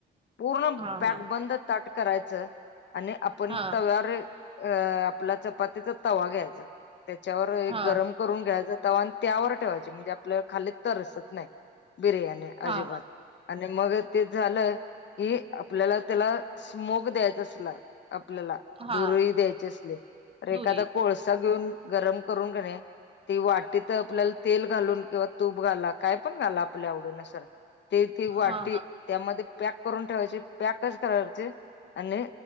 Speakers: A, on the left; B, on the right.
A: पूर्णक
B: हा हा
A: बंद करायचं आणि आपण
B: हा
A: तव्यावर अ आपला चपातीचा तवा घ्यायचा. त्याच्यावर एक
B: हां
A: गरम करुन घ्यायात त्यावर ठेवाय म्हणजे आपल्याला खाली तरसत नाही बिर्याणी. अजिबात
B: हां हां
A: आणि मग ते झालंय हे आपल्याला त्याला स्मोक द्यायचा असला आपल्याला
B: हां
A: धुरही द्यायचे असले तर एखादा
B: दुरी
A: कोळसा घेऊन गरम करून घणे ती वाट तर आपल्याला तेल घालून किंवा तूप घाला काय पण घाला आपल्या आवडी नुसार.. ते ती
B: हां
A: वाटी
B: हां
A: त्यामध्ये पॅक करून ठेवायची पॅकच करायचे आणि